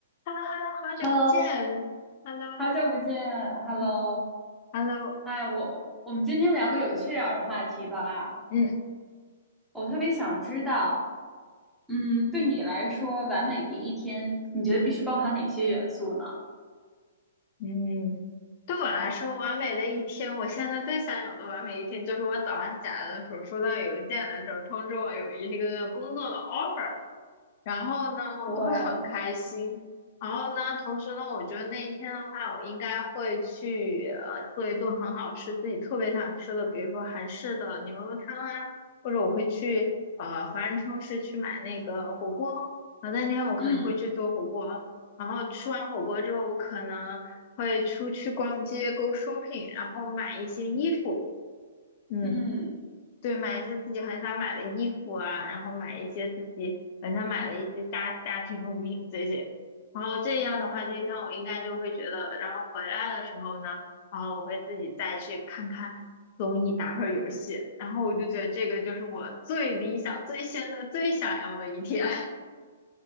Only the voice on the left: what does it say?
Hello，Hello，好久不见。
Hello，
嗯，Hello，
嗯
嗯，对我来说，完美的一天，我现在最想有的完美一天，就是我早上起来的时候，收到邮件的时候，通知我有一个工作的 offer。然后呢，
我会很开心。然后呢，同时呢，我觉得那一天的话，我应该会去呃做一顿很好吃、自己特别想吃的，比如说韩式的牛肉汤啊，或者我会去呃华人超市去买那个火锅。然后那天我可能会去做火锅，
然后吃完火锅之后，我可能会出去逛街、go shopping，然后买一些衣服。嗯。
对，买一些自己很想买的衣服啊，然后买一些自己很想买的一些家家庭用品这些，然后这样的话，这一天我应该就会觉得，然后回来的时候呢，然后我会自己再去看看综艺，打会儿游戏，然后我就觉得这个就是我最理想、最现在最想要的一天。<laughs>